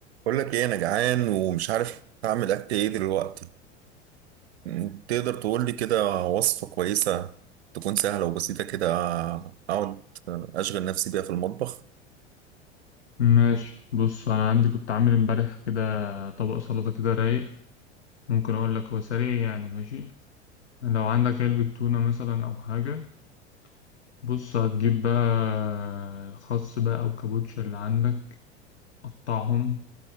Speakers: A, on the right; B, on the left.
A: بقول لك ايه انا جعان ومش عارف اعمل اكل ايه دلوقتي م- تقدر تقول لي كده وصفة كويسة تكون سهلة وبسيطة كده اقعد اشغل نفسي بيها في المطبخ
B: ماشي بص انا عندي كنت عامل امبارح كده طبق سلطة كده رايق ممكن اقول لك هو سريع يعني ماشي لو عندك علبة تونة مثلا او حاجة بص هتجيب بقى خس بقى او كابوتشا اللي عندك قطعهم